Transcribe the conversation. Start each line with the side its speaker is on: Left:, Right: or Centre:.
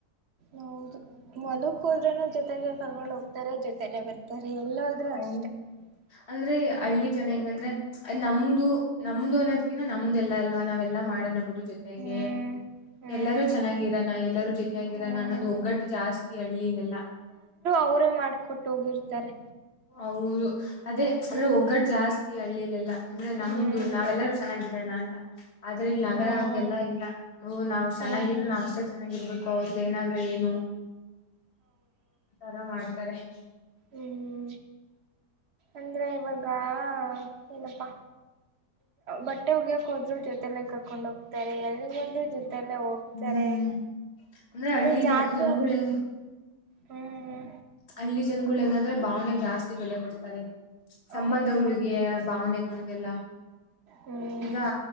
Right: ಹೌದು ಹೊಲ ಹೋದ್ರನು ಜೊತೆಗೆ ಕರ್ಕೊಂಡ್ ಹೋಗ್ತಾರೆ ಜೊತೆಲ್ಲೇ ಬರ್ತಾರೆ. ಎಲ್ಲೋದ್ರು
Left: ಹ
Right: ಅಷ್ಟೆ
Left: ಅಂದ್ರೆ
Right: ಹ್ಮ್
Left: ಹಳ್ಳಿ ಜನ ಹೆಂಗಂದ್ರೆ, ನಮ್ದು- ನಮ್ದು ಅನ್ನೋದ್ಕಿನ್ನ ನಮ್ದು ಎಲ್ಲ ಅಲ್ವಾ ನಾವೆಲ್ಲಾ ಮಾಡೋಣ ಬಿಡು ಜೊತೆಗೆ
Right: ಹ್ಮ್ ಹ್ಮ್
Left: ಎಲ್ಲರೂ ಚೆನ್ನಾಗಿರಾನ ಎಲ್ಲರೂ ಜೊತೆಯಾಗಿರಣ
Right: ಹ್ಮ್
Left: ಅನ್ನೋದು ಒಗ್ಗಟ್ಟು ಜಾಸ್ತಿ ಹಳ್ಳಲಿಎಲ್ಲ.
Right: ಅವ್ರೇ ಮಾಡ್ಕೊಟ್ಟ ಹೋಗಿರ್ತಾರೆ.
Left: ಹೌದು, ಅದೇ
Right: ಹ್ಮ್
Left: ಅಂದ್ರೆ ಒಗ್ಗಟ್ಟ ಜಾಸ್ತಿ ಹಳ್ಳಿಲೆಲ್ಲ. ಅಂದ್ರೆ ನಮ್ದು
Right: ಹ್ಮ್
Left: ನಾವೆಲ್ಲರೂ ಚೆನ್ನಾಗಿರಣ್ಣ ಅಂತ. ಆದ್ರೆ ಇಲ್ಲಿ
Right: ಹ್ಮ್
Left: ನಗರ ಹಂಗೆಲ್ಲ ಇಲ್ಲ. ನಾವ್ಚೆನ್ನಾಗಿದ್ರೆ
Right: ಹ್ಮ್
Left: ನಾವ ಅಷ್ಟೇ ಚೆನ್ನಾಗಿರ್ಬೇಕು ಅವ್ರದ ಏನಾದ್ರು ಏನು ತರ ಮಾಡ್ತಾರೆ <unintelligible>
Right: ಹ್ಞೂ, ಅಂದರೆೆ ಇವಾಗ ಏನಪ್ಪಾ ಬಟ್ಟೆ ಹೋಗ್ಯಕೋದ್ರು ಜೊತೆಲ್ಲೆ ಕರ್ಕೊಂಡ್ ಹೋಗ್ತಾರೆ. ಎಲ್ಲ ಹೋದ್ರೂ ಜೊತೆ ಜೊತೆಯಲ್ಲೆ ಹೋಗ್ತಾರೆ.
Left: ಹ್ಮ್ ಅಂದ್ರೆ
Right: ಅದ್ರ
Left: ಹಳ್ಳಿ
Right: ಜಾತ್
Left: ಜ ಜನಗಳು ಹೆಂಗ
Right: ಹ್ಮ್
Left: ಹಳ್ಳಿ ಜನಗಳು ನಂದ್ರೆ ಭಾವನೆಗ್ ಜಾಸ್ತಿ ಬೆಲೆ ಕೊಡ್ತಾರೆಳ ಸಂಬಂಧಗಳಿಗೆ
Right: ಹೌದಪ್ಪಾ
Left: ಭಾವನೆಗ್ ಿಗೆಲ್ಲ
Right: ಹ್ಮ್
Left: ಈಗ